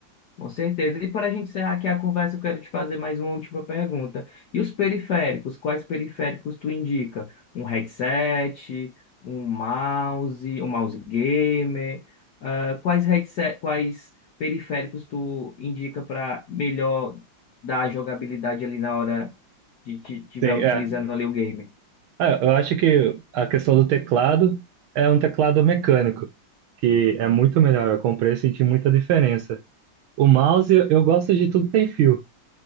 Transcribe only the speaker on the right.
Sim,
é.
Ah, eu acho que a questão do teclado é um teclado mecânico, que é muito melhor. Eu comprei e senti muita diferença. O mouse, eu eu gosto de tudo sem fio,